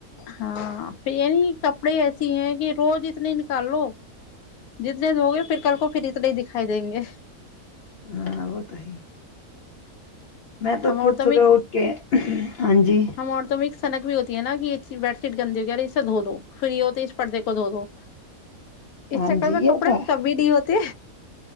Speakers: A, on the left (about 85°); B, on the left (about 65°).
A: ہاں پھر یہ نہیں کپڑے ایسی ہیں کہ روز اتنے نکال لو جتنے دھو گے پھر کل کو پھر اتنے ہی دکھائی دیں گے
B: ہاں وہ تو ہیی میں تو
A: ہم عورتوں
B: خود صبح
A: میں
B: اٹھ کے ہاں جی
A: ہم عورتوں میں ایک سنک بھی ہوتی ہے نگی بیڈ شیٹ گندی ہو گئی ہے اس سے دھو دو پھر یہ ہوتی ہے کہ پردے کو دھو دو
B: ہاں
A: اس چکر
B: جی
A: میں
B: یہ
A: کپڑے
B: تو
A: کم ہے نہیں ہوتے